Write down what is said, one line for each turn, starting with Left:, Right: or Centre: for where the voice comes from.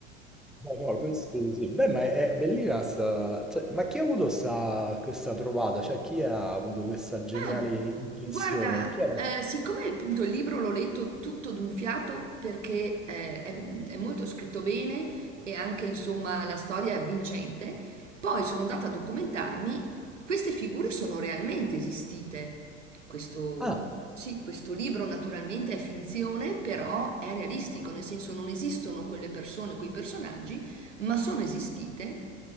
Centre: Eh no, questo sì. Beh, ma è bellina sta... cioè, ma chi ha avuto sta... questa trovata? Cioè, chi ha avuto questa geniale
Right: Ma
Centre: intuizione?
Right: guarda,
Centre: Chi ha...
Right: eh, siccome appunto il libro l'ho letto tutto d'un fiato perché eh, è, è molto scritto bene e anche insomma la storia è avvincente, poi sono andata a documentarmi, queste figure sono realmente esistite. Questo,
Centre: Ah,
Right: sì, questo libro naturalmente è finzione, però è realistico, nel senso non esistono quelle persone, quei personaggi ma sono esistite